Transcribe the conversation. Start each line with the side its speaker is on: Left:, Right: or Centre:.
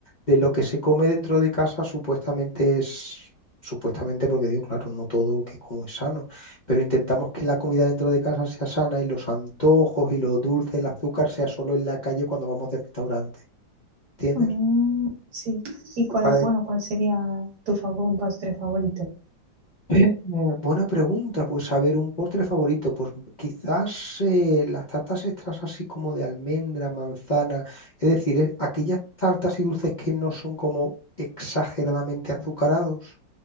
Left: de lo que se come dentro de casa supuestamente es, supuestamente porque digo, claro, no todo lo que como es sano, pero intentamos que la comida dentro de casa sea sana y los antojos y lo dulce, el azúcar sea solo en la calle cuando vamos de restaurante. ¿Entiendes?
Right: Mm, sí. ¿Y cuál,
Left: Para...
Right: bueno,
Left: Eh,
Right: cuál sería tu favor, un postre favorito?
Left: eh, buena pregunta, pues a ver, un postre favorito, pues quizás eh, las tartas extras así como de almendra, manzana, es decir, eh, aquellas tartas y dulces que no son como exageradamente azucarados.